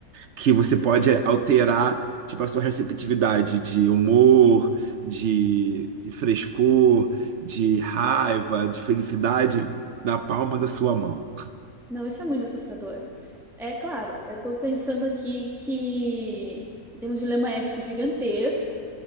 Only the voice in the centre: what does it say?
Não, isso é muito assustador. É claro, eu estou pensando aqui que temos um dilema ético gigantesco